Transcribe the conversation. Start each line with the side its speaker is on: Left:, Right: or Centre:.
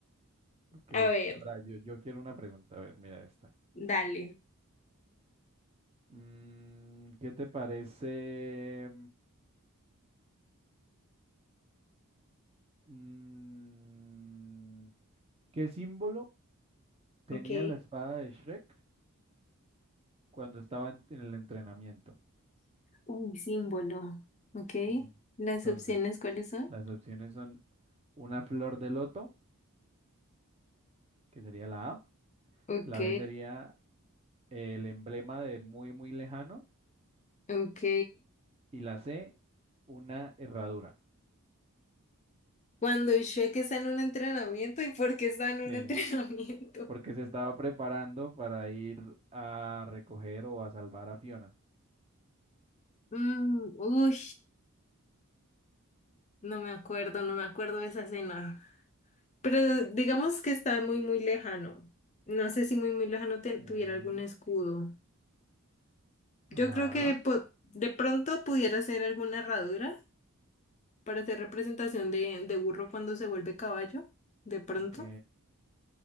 Right: Ok.
Left: A ver,
Right: Ahora, yo, yo quiero una pregunta. A ver, mira esta.
Left: dale.
Right: Mm, ¿qué te parece? mm, ¿qué símbolo tenía
Left: Ok.
Right: la espada de Shrek cuando estaba en, en el entrenamiento?
Left: Un símbolo. Ok.
Right: Mm,
Left: ¿Las
Right: Entonces,
Left: opciones cuáles son?
Right: las opciones son una flor de loto, que sería la A.
Left: Ok,
Right: La B sería el emblema de muy, muy lejano.
Left: ok.
Right: Y la C, una herradura.
Left: Cuando Shrek está en un entrenamiento, ¿y por qué está en un
Right: Sí,
Left: <laughs> entrenamiento?
Right: porque se estaba preparando para ir a recoger o a salvar a Fiona.
Left: Mm, uy, no me acuerdo, no me acuerdo de esa escena. Pero digamos que está muy, muy lejano. No sé si muy, muy lejano te-
Right: Ok,
Left: tuviera algún escudo. Yo
Right: Ajá,
Left: creo que po- de pronto pudiera ser alguna herradura. para hacer representación de, de burro cuando se vuelve caballo, de pronto.
Right: ok.